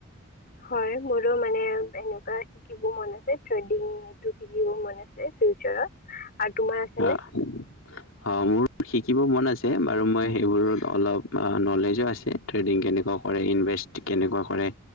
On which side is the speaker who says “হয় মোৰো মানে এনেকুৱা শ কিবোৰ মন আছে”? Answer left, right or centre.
Left